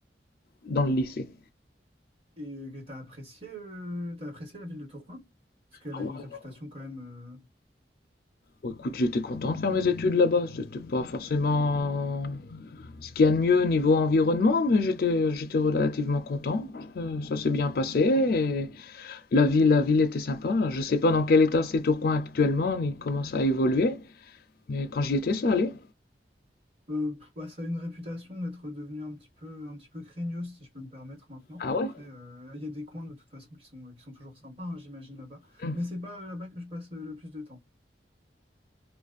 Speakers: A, on the left; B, on the right.
A: dans le lycée.
B: Et euh, t'as apprécié, euh, t'as apprécié la ville de Tourcoing? Parce qu'elle
A: Ah
B: a
A: ouais,
B: une réputation
A: non.
B: quand même,
A: Bon, Écoute, j'étais content de faire mes études là-bas. C'était pas forcément ce qu'il y a de mieux niveau environnement, mais j'étais j'étais relativement content. Euh, Ça, s'est bien passé. et la ville, la ville était sympa. Je sais pas dans quel état c'est Tourcoing actuellement. Il commence à évoluer, mais quand j'y étais, ça allait.
B: euh, euh, pff, ouais, ça a une réputation d'être devenue un petit peu, un petit peu craignos, si je peux me permettre maintenant.
A: Ah
B: Après,
A: ouais?
B: euh, il y a des coins de toute façon qui sont, qui sont toujours sympas, hein, j'imagine là-bas.
A: Hmm.
B: Mais c'est pas euh, là-bas que je passe euh, le plus de temps.